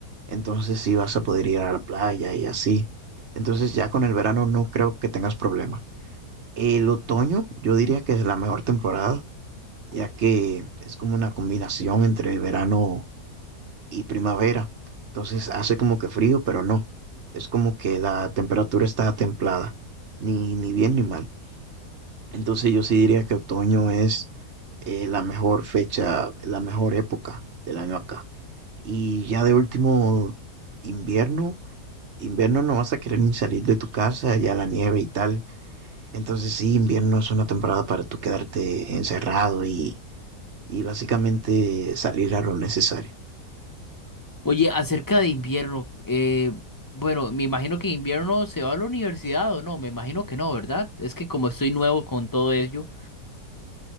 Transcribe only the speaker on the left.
Oye, acerca de invierno, eh, bueno, me imagino que invierno se va a la universidad o no, me imagino que no, ¿verdad? Es que como estoy nuevo con todo ello.